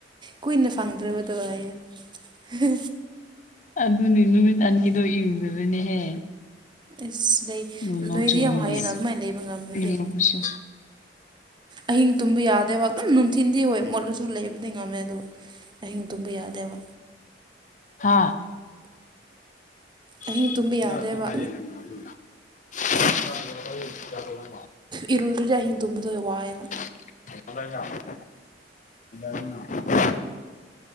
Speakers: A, on the right; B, on the left.
A: ꯀꯨꯏꯅ ꯐꯪꯗ꯭ꯔꯕꯗꯣ ꯑꯩꯌꯦ ꯍ
B: ꯑꯗꯨꯅꯦ ꯅꯨꯃꯤꯠ ꯑꯅꯤꯗꯣ ꯏꯔꯨꯗꯕꯅꯦꯍꯦ
A: ꯑꯁ ꯂꯩ
B: ꯅꯣꯡ ꯅꯣꯡ
A: ꯅꯣꯏꯗꯤ
B: ꯆꯨꯕꯒꯤ
A: ꯌꯥꯝ ꯍꯥꯏꯌꯦꯅ ꯑꯗꯨꯃꯥꯏꯅ ꯂꯩꯕ ꯉꯝꯃꯗꯤ
B: ꯏꯔꯨꯕꯁꯨ
A: ꯑꯍꯤꯡ ꯇꯨꯝꯕ ꯌꯥꯗꯦꯕ ꯗꯨꯝ ꯅꯨꯡꯊꯤꯟꯗꯤ ꯍꯣꯏ ꯃꯣꯠꯂꯁꯨ ꯂꯩꯕꯗꯤ ꯉꯝꯃꯦ ꯑꯗꯨ ꯑꯍꯤꯡ ꯇꯨꯝꯕ ꯌꯥꯗꯦꯕ
B: ꯍꯥꯥ <unintelligible>
A: ꯑꯍꯤꯡ ꯇꯨꯝꯕ ꯌꯥꯗꯦꯕ ꯏꯔꯨꯗ꯭ꯔꯗꯤ ꯑꯍꯤꯡ ꯇꯨꯝꯕꯗꯣ ꯋꯥꯏꯑꯦꯕ
B: <unintelligible>